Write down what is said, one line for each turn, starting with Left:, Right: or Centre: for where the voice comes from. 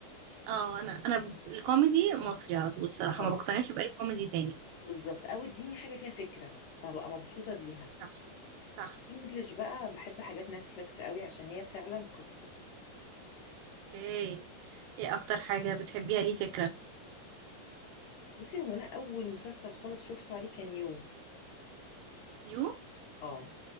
Right: اه أنا أنا الكوميدي مصري على طول الصراحة
Left: اه
Right: ما بقتنعش بأي كوميدي تاني
Left: بالظبط او اديني حاجة فيها فكرة فبقى مبسوطة بيها
Right: صح صح
Left: انجلش بقى بحب حاجات نتفليكس قوي عشان هي فعلا قصة
Right: اوكي ايه اكتر حاجة بتحبيها ليه فكرة
Left: بصي هو انا اول مسلسل خالص شفته عليه كان يو
Right: يو
Left: اه